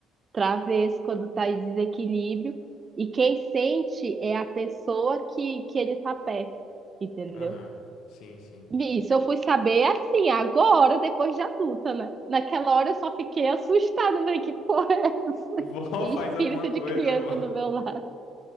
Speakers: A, on the right; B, on the left.
A: travesso quando está em desequilíbrio, e quem sente é a pessoa que, que ele está perto, entendeu?
B: Aham. Sim, sim.
A: Isso, eu fui saber assim, agora, depois de adulta, né? Naquela hora eu só fiquei assustada, falei, que porra é essa?
B: Vó, <laughs>
A: Tem
B: faz
A: espírito
B: alguma coisa,
A: de criança
B: vó.
A: do meu lado.